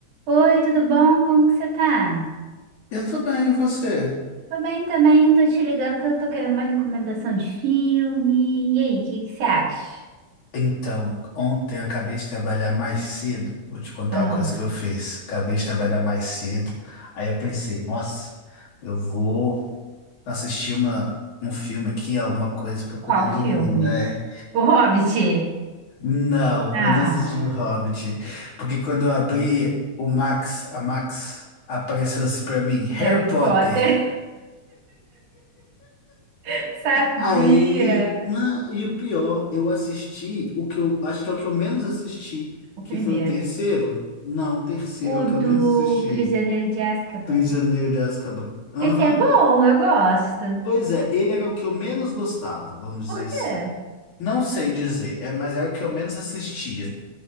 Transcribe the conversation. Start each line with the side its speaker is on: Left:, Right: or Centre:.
Right: Oi, tudo bom? Como que você tá?
Left: Eu tô bem, e você?
Right: Tô bem também, tô te ligando que eu tô querendo uma recomendação de filme. E aí, o que que você acha?
Left: Então, ontem eu acabei de trabalhar mais cedo. Vou te contar
Right: Ah,
Left: uma coisa que eu fiz. Acabei de trabalhar mais cedo. Aí eu pensei, nossa, eu vou assistir uma, um filme aqui, alguma coisa pra poder
Right: qual
Left: dormir,
Right: filme?
Left: né?
Right: O Hobbit.
Left: Não,
Right: Ah,
Left: eu não assisti o Hobbit. Porque quando eu abri o Max, a Max apareceu assim pra mim, Harry
Right: Harry Potter.
Left: Potter.
Right: <laughs> Sabia.
Left: Aí, não, e o pior, eu assisti o que eu acho que é o que eu menos assisti,
Right: O
Left: que
Right: primeiro.
Left: foi o terceiro. Não, o terceiro
Right: O
Left: é o que eu menos
Right: do
Left: assisti,
Right: Prisioneiro de Azkaban.
Left: Prisioneiro de Azkaban. Aham.
Right: Esse é bom, eu gosto.
Left: Pois é, ele era o que eu menos gostava, vamos
Right: Por
Left: dizer assim.
Right: quê?
Left: Não sei dizer, é, mas era o que eu menos assistia.